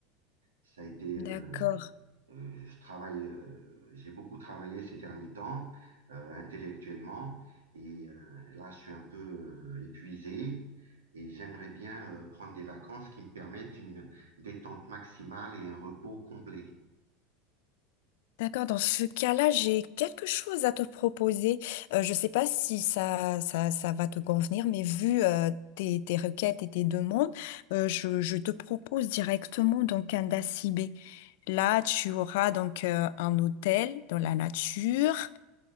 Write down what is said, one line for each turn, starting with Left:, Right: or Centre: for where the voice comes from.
Right: Ça a été,
Left: D'accord.
Right: euh, Euh, je travaille, euh, j'ai beaucoup travaillé ces derniers temps, euh, intellectuellement, et euh, là, je suis un peu euh, épuisé et j'aimerais bien euh, prendre des vacances qui me permettent une détente maximale et un repos complet.
Left: D'accord. Dans ce cas-là, j'ai quelque chose à te proposer. Euh, je ne sais pas si ça, ça, ça va te convenir, mais vu euh, tes, tes requêtes et tes demandes, euh, je, je te propose directement donc un dacibé. Là, tu auras donc euh, un hôtel dans la nature,